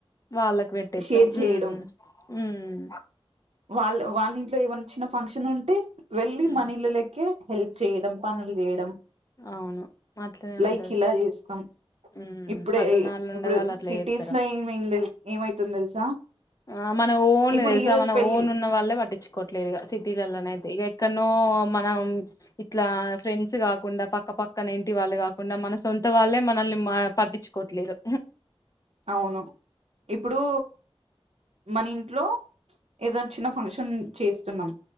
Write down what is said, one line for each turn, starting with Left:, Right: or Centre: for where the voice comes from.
Left: వాళ్ళకు పెట్టేత్తాం
Right: షేర్ చేయడం
Left: ఉమ్ ఉమ్
Right: వాళ్ళ వాళ్ళ ఇంట్లో ఏమన్నా చిన్న ఫంక్షన్ ఉంటే వెళ్ళి
Left: ఉమ్,
Right: మనీ ఇళ్ళ లెక్కే హెల్ప్ చేయడం పనులు చేయడం
Left: అవును అట్లనే
Right: లైక్
Left: ఉంటది
Right: ఇలా చేస్తాం
Left: ఉమ్
Right: ఇప్పుడే
Left: పట్టణాల్లో ఉండే
Right: ఇప్పుడు
Left: వాళ్ళు అట్లా
Right: సిటీస్
Left: చేత్తరా
Right: లో ఏమై ఏమైతుంది తెలుసా
Left: ఆ మన ఓన్
Right: ఇప్పుడు
Left: తెలుసా
Right: ఈ రోజు
Left: మన
Right: పెళ్ళి
Left: ఓన్ ఉన్న వాళ్ళే పట్టించుకోట్లేదు టీతే ఎక్కనో మన ఇట్లా ఫ్రెండ్స్ కాకుండా పక్క పక్కన ఇంటి వాళ్ళు కాకుండా మన సొంత వాళ్ళే మనల్ని మా పట్టించుకోట్లేరు
Right: అవును ఇప్పుడు మన ఇంట్లో ఏద చిన్న ఫంక్షన్ చేస్తున్నాం